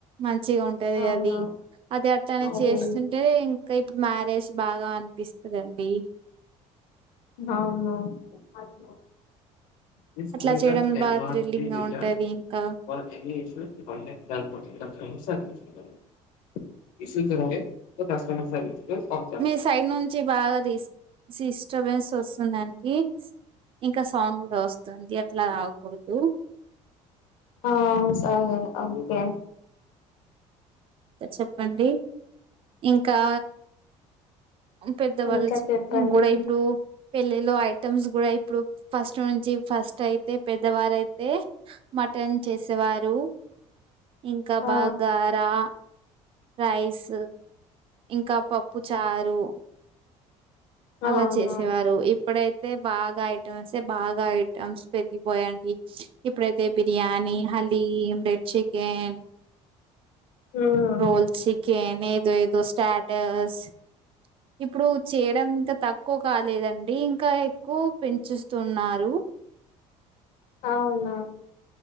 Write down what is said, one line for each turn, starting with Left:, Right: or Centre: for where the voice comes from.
Right: మంచిగా ఉంటది
Left: అవును
Right: అది అది అట్లనే
Left: అదే
Right: చేస్తుంటే ఇంకా ఇప్పుడు మ్యారేజ్ బాగా అనిపిస్తదండి
Left: అవునవును దిస్
Right: అట్లా
Left: ప్రోడక్ట్
Right: చేయడం
Left: కెన్
Right: బాగా
Left: నాట్
Right: థ్రిల్లింగ్
Left: బి
Right: గా
Left: రిటర్న్డ్
Right: ఉంటది ఇంకా
Left: for any issues contact <inaudible> <inaudible> so customer service <inaudible>
Right: me side నుంచి బాగా దిస్ సిస్టబెన్స్ వస్తుందండి ఇంకా సౌండ్ గూడా వస్తుంది అట్లా రాగకూడదు
Left: ఆఆ... సా.... ఆ ఓకే
Right: చెప్పండి ఇంకా పెద్దవాళ్ళు
Left: ఇంకా
Right: చ్
Left: చెప్పండి
Right: ఇం గూడ ఇప్పుడు పెళ్ళిలో ఐటమ్స్ గూడ ఇప్పుడు ఫస్ట్ నుంచి ఫస్ట్ అయితే పెద్దవారయితే మటన్ చేసేవారు ఇంక
Left: ఆ
Right: బగారా రైస్ ఇంక పప్పు చారు అలా
Left: అవును
Right: చేసేవారు ఇప్పుడైతే బాగ ఐటమ్స్తే బాగ ఐ ఐటమ్స్ పెరిగి పోయాయండి ఇప్పుడైతే బిర్యానీ, హలీం, బ్రెడ్ చికెన్
Left: ఉమ్
Right: రోల్ చికెన్ ఏదో ఏదో స్టాటస్ ఇప్పుడు చేయడం ఇంకా తక్కువ కాలేదండి, ఇంకా ఎక్కువ పెంచుస్తున్నారు.
Left: అవునా